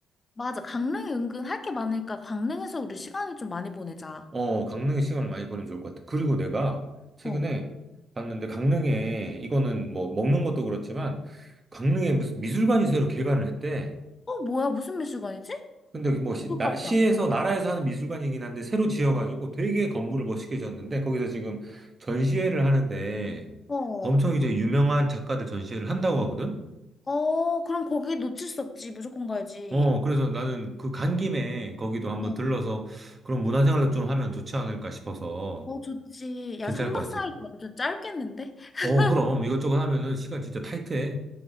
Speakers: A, on the left; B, on the right.
A: 맞아. 강릉이 은근 할 게 많으니까 강릉에서 우리 시간을 좀 많이 보내자.
B: 어, 강릉에 시간을 많이 보내면 좋을 것 같아. 그리고 내가 최근에
A: 어.
B: 봤는데 강릉에 이거는 뭐 먹는 것도 그렇지만 강릉에 무슨 미술관이 새로 개관을 했대.
A: 어, 뭐야? 무슨 몇 시간이지?
B: 근데 뭐 시,
A: 그거
B: 나,
A: 가보자.
B: 시에서 나라에서 하는 미술관이긴 한데 새로 지어가지고 되게 건물을 멋있게 지었는데 거기서 지금 전시회를 하는데
A: 어.
B: 엄청 이제 유명한 작가들 전시회를 한다고 하거든.
A: 어, 그럼 거기 놓칠 수 없지. 무조건 가야지.
B: 어, 그래서 나는 그 간 김에 거기도 한번
A: 어.
B: 들러서 그런 문화생활도 좀 하면 좋지 않을까 싶어서
A: 어, 좋지.
B: 괜찮을
A: 야, 3박
B: 것 같지?
A: 4일 완전 짧겠는데? <laughs>
B: 어, 그럼 이것저것 하면은 시간 진짜 타이트해.